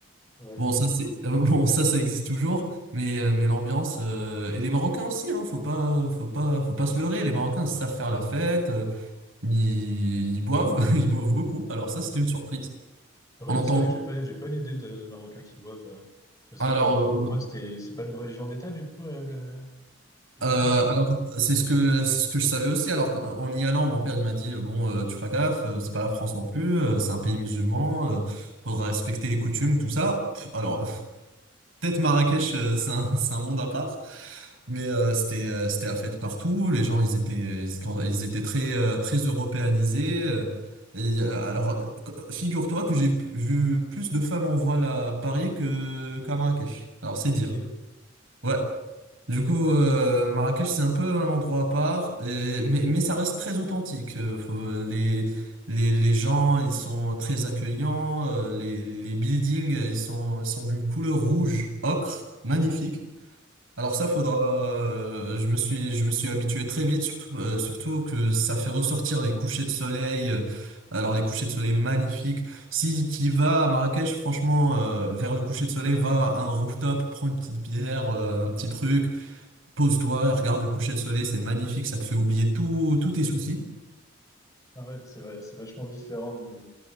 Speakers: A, on the left; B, on the right.
A: Ouais.
B: Bon, ça c'est
A: Euh,
B: <laughs> bon, ça ça existe toujours, mais euh, mais l'ambiance euh, et les Marocains aussi, hein, faut pas faut pas faut pas se leurrer, les Marocains savent faire la fête, euh, ils, ils boivent, <laughs> ils boivent beaucoup. Alors ça c'était une surprise.
A: Ah Oui,
B: On entend
A: c'est vrai que j'ai pas, j'ai pas une idée de, de Marocains qui boivent. euh, parce
B: alors
A: que pour, pour
B: euh,
A: pour moi, c'était, c'est pas une religion d'État, du coup, euh, le- l'islam
B: euh,
A: là-bas?
B: alors c'est ce que c'est ce que je savais aussi. Alors qu'en- en y allant, mon père il m'a dit bon euh, tu feras gaffe, euh, c'est pas la France non plus, euh, c'est un pays musulman, euh, faudra respecter les coutumes, tout ça. Pff, alors <laughs> Peut-être Marrakech, euh, c'est un, <laughs> c'est un monde à part. Mais euh, c'était euh, c'était à fête partout. Les gens, ils étaient ils étaient, ils étaient très euh, très européanisés. euh, et, euh, alors, euh, figure-toi que j'ai pu- vu plus de femmes en voile à Paris que qu'à Marrakech. Alors, c'est dire.
A: Ok.
B: Ouais. Du coup, euh, Marrakech, c'est un peu un endroit à part, et- mais, mais ça reste très authentique. Euh, faut- euh, les, les, les gens, ils sont très accueillants, euh, les, les buildings, euh, ils sont, ils sont d'une couleur rouge, ocre, magnifique. Alors ça,
A: Ouais.
B: faudra, euh, je me suis, je me suis habitué très vite, surtout, euh, surtout que ça fait ressortir les couchers de soleil, euh, alors les couchers de soleil magnifiques. Si tu vas à Marrakech, franchement, euh, vers le coucher de soleil, va à un rooftop, prends une petite bière, euh, un petit truc. Pose-toi, regarde le coucher de soleil, c'est magnifique, ça te fait oublier tout, tous tes soucis.
A: Ah ouais, c'est vrai, c'est vachement différent du,